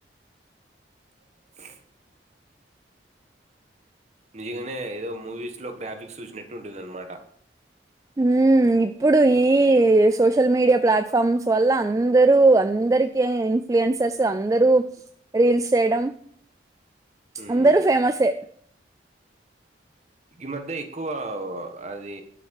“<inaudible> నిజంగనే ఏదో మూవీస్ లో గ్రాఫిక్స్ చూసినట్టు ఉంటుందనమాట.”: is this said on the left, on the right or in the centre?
Right